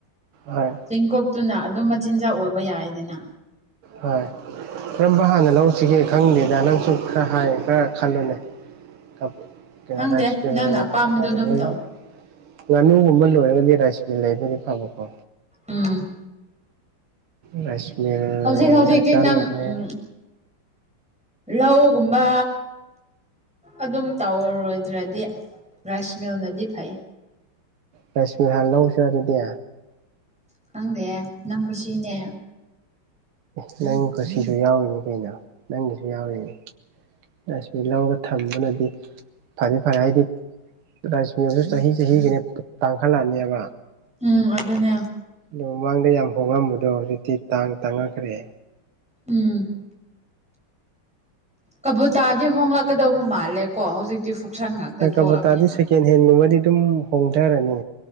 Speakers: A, on the right; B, in the centre.
A: ꯍꯣꯏ
B: ꯆꯤꯡꯀꯣꯛꯇꯨꯅ ꯑꯗꯨꯝ ꯃꯆꯤꯟꯖꯥꯛ ꯑꯣꯏꯕ ꯌꯥꯏꯗꯅ
A: ꯍꯣꯏ ꯀꯔꯝꯕ ꯍꯥꯟꯅ ꯂꯧꯁꯤꯒꯦ ꯈꯪꯗꯦꯗ ꯅꯪꯁꯨ ꯈꯔ ꯍꯥꯏ ꯈꯔ ꯈꯜꯂꯨꯅꯦ ꯀ
B: ꯈꯪꯗꯦ
A: ꯔꯥꯏꯁ
B: ꯅꯪꯅ
A: ꯃꯤꯜ
B: ꯑꯄꯥꯝꯕꯗꯣ
A: ꯍꯥꯟꯅ
B: ꯑꯗꯨꯝ
A: ꯂꯩ
B: ꯇꯧ
A: ꯉꯥꯅꯨꯒꯨꯝꯕ ꯂꯣꯏꯔꯒꯗꯤ ꯔꯥꯏꯁ ꯃꯤꯜ ꯂꯩꯕꯗꯤ ꯐꯕꯀꯣ
B: ꯎꯝ
A: ꯔꯥꯢꯁꯃꯤꯜ
B: ꯍꯧꯖꯤꯛ ꯍꯧꯖꯤꯛꯇꯤ
A: ꯗꯔꯀꯥꯔ
B: ꯅꯪ
A: ꯂꯩꯔꯦ꯫
B: ꯎꯝ ꯂꯧꯒꯨꯝꯕ ꯑꯗꯨꯝ ꯇꯧꯔꯣꯏꯗ꯭ꯔꯗꯤ ꯔꯥꯢꯁ ꯃꯤꯜ ꯅꯗꯤ ꯐꯩ꯫
A: ꯔꯥꯢꯁ ꯃꯤꯜ ꯍꯥꯟꯅ ꯂꯧꯔꯁꯤꯔ ꯑꯗꯨꯗꯤ꯫
B: ꯈꯪꯗꯦꯌꯦ ꯅꯪ ꯈꯨꯁꯤꯅꯦ꯫
A: ꯑꯦ ꯅꯪ ꯀꯨꯁꯤꯁꯨ ꯌꯥꯎꯔꯤꯅꯤ ꯀꯩꯅꯣ ꯅꯪꯒꯤꯁꯨ ꯌꯥꯎꯔꯤꯅꯤ꯫ ꯔꯥꯁꯃꯤꯜ ꯂꯧꯔꯒ ꯊꯝꯕꯅꯗꯤ ꯐꯗꯤ ꯐꯔꯦ ꯍꯥꯏꯗꯤ꯫ ꯔꯥꯁꯃꯤꯜꯁꯨ ꯆꯍꯤ ꯆꯍꯤꯒꯤꯅꯦ ꯇꯥꯡꯈꯠꯂꯛꯑꯅꯤꯕ꯫
B: ꯎꯝ ꯑꯗꯨꯅꯦ꯫
A: ꯑꯗꯣ ꯃꯃꯥꯡꯗ ꯌꯥꯝ ꯍꯣꯡꯉꯝꯕꯗꯣ ꯍꯧꯖꯤꯛꯇꯤ ꯇꯥꯡ ꯇꯥꯡꯉꯛꯈ꯭ꯔꯦ꯫
B: ꯎꯝ꯫ ꯀꯕꯨꯇꯥꯗꯤ ꯍꯣꯡꯂꯛꯀꯗꯧꯕ ꯃꯥꯜꯂꯦ ꯀꯣ ꯍꯧꯖꯤꯛꯇꯤ꯫ ꯐꯨꯛꯁꯟ ꯉꯥꯛꯇ
A: ꯍꯣꯏ
B: ꯊꯣꯛꯂꯕꯅꯤꯅ
A: ꯀꯕꯨꯇꯥꯗꯤ ꯁꯦꯀꯦꯟ ꯍꯦꯟꯒꯨꯝꯕꯗꯤ ꯑꯗꯨꯝ ꯍꯣꯡꯊꯔꯅꯤ